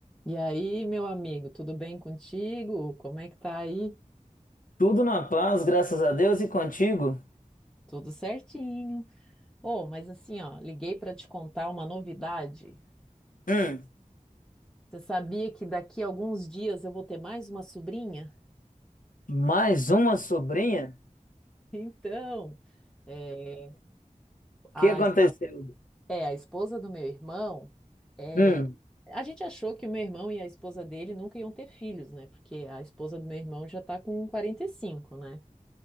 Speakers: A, in the centre; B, on the left (about 80°).
A: E aí, meu amigo, tudo bem contigo? Como é que tá aí?
B: Tudo na paz, graças a Deus e contigo.
A: Tudo certinho. Oh, mas assim, ó, liguei para te contar uma novidade.
B: Hum,
A: Você sabia que daqui a alguns dias eu vou ter mais uma sobrinha? <laughs>
B: mais uma sobrinha?
A: Então, é,
B: O
A: a,
B: que aconteceu?
A: espo- é, a esposa do meu irmão, é,
B: Hum,
A: a gente achou que o meu irmão e a esposa dele nunca iam ter filhos, né? Porque a esposa do meu irmão já tá com 45, né?